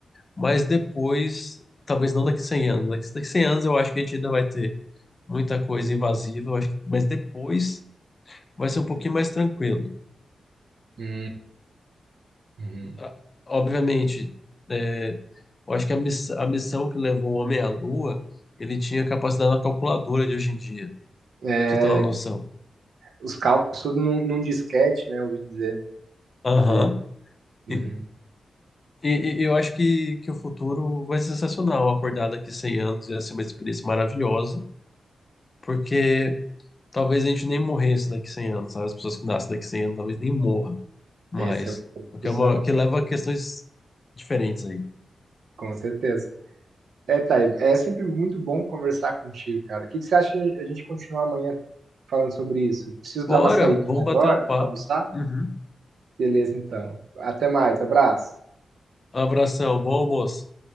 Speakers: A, on the left; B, on the right.
A: mas depois, talvez não daqui a 100 anos. Daqui, daqui a 100 anos eu acho que a gente ainda vai ter muita coisa invasiva, eu acho que- mas depois vai ser um pouquinho mais tranquilo.
B: Uhum. Uhum.
A: Ah, Obviamente, é, eu acho que a, miss- a missão que levou o homem à Lua, ele tinha capacidade na calculadora de hoje em dia,
B: é,
A: pra você ter uma noção.
B: os cálculos, tudo num, num disquete, né? Eu ouvi dizer.
A: Aham.
B: que. Uhum.
A: E, e- e eu acho que, que o futuro vai ser sensacional. Acordar daqui 100 anos ia ser uma experiência maravilhosa, porque talvez a gente nem morresse daqui 100 anos, sabe? As pessoas que nascem daqui 100 anos talvez nem morram, mas
B: Essa é uma discussão,
A: o que, é uma, o que leva a questões diferentes aí.
B: com certeza. É, Thay, é sempre muito bom conversar contigo, cara. O que que você acha a gente continuar amanhã falando sobre isso? Preciso
A: Bora,
B: dar uma saída
A: vamos bater
B: agora
A: um papo.
B: para almoçar?
A: Uhum.
B: Beleza, então. Até mais, abraço.
A: Abração, bom almoço.